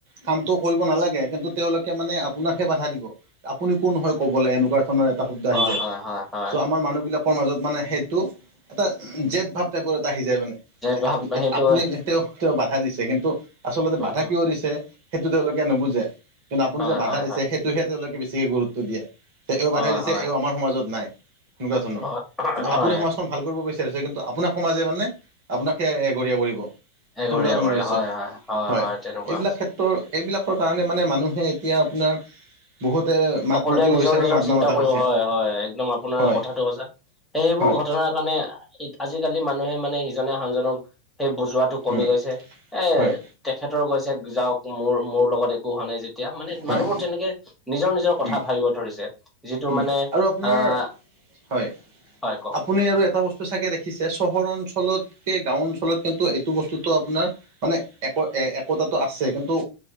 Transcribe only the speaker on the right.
কামটো কৰিব নালাগে কিন্তু তেওঁলোকে মানে আপোনাকহে বাধা দিব। আপুনি কোন হয় ক'বলে এনেকুৱা ধৰণৰ এটা শব্দ
আহি যায়।
চ' আমাৰ মানুহ বিলাক ত্ৰৰ মাজত মানে সেইটো এটা জেদ ভাৱ এটা টাইপৰত আহি যায় মানে যে
আ
আপুনি তেওঁ তেওঁ বাধা দিছে কিন্তু আচলতে
বাধা
কিয় দিছে সেইটো তেওঁলোকে নুবুজে কিন্তু আপুনি
যে বাধা
দি
সেইটোহে তেওঁলোকে বেছিকে গুৰুত্ব দিয়ে। তে এইবোৰ
বাধা দিছে
এইবোৰ আমাৰ সমাজত নাই। এনেকুৱা ধৰণৰ
কিন্তু আপুনি
সমাজ খন ভাল কৰিব বিচাৰিছে কিন্তু আপোনাক সমাজে মানে আপোনাক হে এঘৰীয়া কৰিব।
সেনেকুৱা খনৰ
হৈছে
হয়
এইবিলাক
ক্ষে ত এইবিলাকৰ কাৰণে মানে মানুহে এতিয়া আপোনাৰ বহুতে মাত
মাতিব
বিচাৰো
মাত
নামাতা
হৈছে
হয়
হয়
উম
হয়।
হয়
উম
উম
আৰু আপোনাৰ
হয়
আপুনি আৰু এটা বস্তু চাগে দেখিছে চহৰ অঞ্চলত কে গাঁও অঞ্চলত কিন্তু এইটো বস্তুতটো আপোনাৰ মানে এক একোতাতো আছে কিন্তু